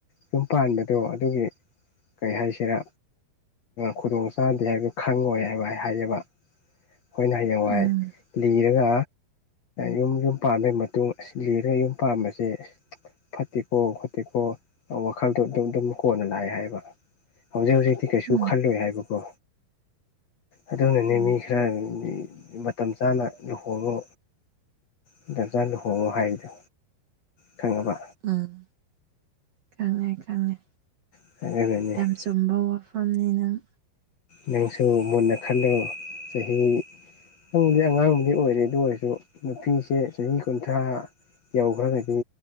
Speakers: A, on the left; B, on the right.
A: ꯌꯨꯝ ꯄꯥꯟꯕꯗꯣ ꯑꯗꯨꯒꯤ ꯀꯔꯤ ꯍꯥꯏꯁꯤꯔꯥ ꯈꯨꯗꯣꯡ ꯆꯥꯗꯦ ꯍꯥꯏꯕꯗꯨ ꯈꯪꯉꯣꯏ ꯍꯥꯏꯕ ꯑꯩ ꯍꯥꯏꯒꯦꯕ ꯑꯩꯈꯣꯏꯅ ꯍꯌꯦꯡꯋꯥꯏ
B: ꯎꯝ
A: ꯂꯤꯔꯒ ꯌꯨꯝ ꯌꯨꯝ ꯄꯥꯟꯕꯩ ꯃꯇꯨꯡ ꯂꯤꯔꯒ ꯌꯨꯝ ꯄꯥꯟꯕꯁꯦ ꯐꯠꯇꯦꯀꯣ ꯐꯠꯇꯦꯀꯣ ꯋꯥꯈꯜꯗꯣ ꯑꯗꯨꯝ ꯑꯗꯨꯝ ꯀꯣꯟꯅ ꯂꯥꯛꯑꯦ ꯍꯥꯏꯕ ꯍꯧꯖꯤꯛ ꯍꯧꯖꯤꯛꯇꯤ ꯀꯩꯁꯨ
B: ꯎꯝ
A: ꯈꯜꯂꯣꯏ ꯍꯥꯏꯕꯀꯣ ꯑꯗꯨꯅꯅꯦ
B: ꯎꯝ
A: ꯃꯤ ꯈꯔꯅ ꯃꯇꯝ ꯆꯥꯅ ꯂꯨꯍꯣ ꯨ ꯍꯣꯡꯉꯣ ꯃꯇꯝ ꯆꯥꯅ ꯂꯨꯍꯣꯡꯉꯣ ꯍꯥꯏꯕꯗꯨ ꯈꯪꯉꯕ
B: ꯎꯝ ꯈꯪꯉꯦ ꯈꯪꯉꯦ
A: <unintelligible>
B: ꯑꯆꯨꯝꯕ ꯋꯥꯐꯝꯅꯤ ꯅꯪ
A: ꯅꯪꯁꯨ ꯃꯨꯟꯅ ꯈꯜꯂꯣ ꯆꯍꯤ ꯅꯪꯕꯨꯗꯤ ꯑꯉꯥꯡꯕꯨꯗꯤ ꯑꯣꯏꯔꯦ ꯑꯗꯨ ꯑꯣꯏꯔꯁꯨ ꯅꯨꯄꯤꯁꯦ ꯆꯍꯤ ꯀꯨꯟꯊ꯭ꯔꯥ ꯌꯧꯈ꯭ꯔꯒꯗꯤ